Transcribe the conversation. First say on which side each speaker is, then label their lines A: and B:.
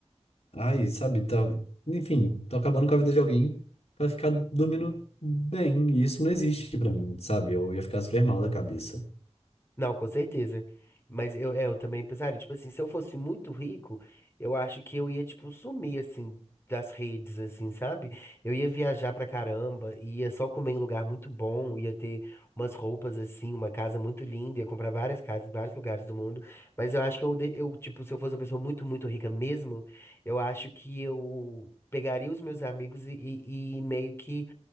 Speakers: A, on the left; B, on the left.
A: ai, sabe, tá, enfim, tô acabando com a vida de alguém pra ficar dormindo bem, e isso não existe pra mim, sabe, eu ia ficar super mal da cabeça.
B: Não, com certeza. Mas eu, é, eu também pensaria, tipo assim, se eu fosse muito rico, eu acho que eu ia, tipo, sumir, assim, das redes, assim, sabe? Eu ia viajar pra caramba, ia só comer em lugar muito bom, ia ter umas roupas, assim, uma casa muito linda, ia comprar várias casas em vários lugares do mundo. Mas eu acho que eu, de- eu, tipo, se eu fosse uma pessoa muito, muito rica mesmo, eu acho que eu pegaria os meus amigos e, e e meio que